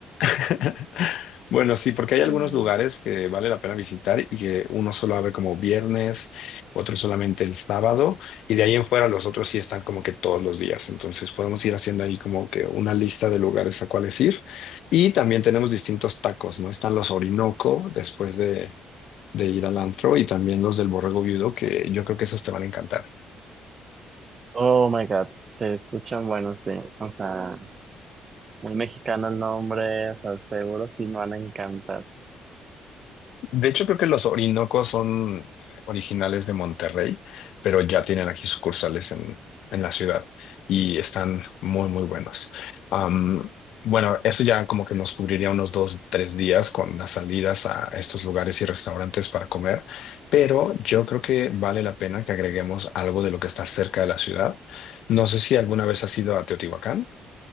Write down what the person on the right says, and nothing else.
Mm.
Oh my God, se escuchan buenos, sí. O sea, muy mexicano el nombre, o sea, seguro sí me van a encantar.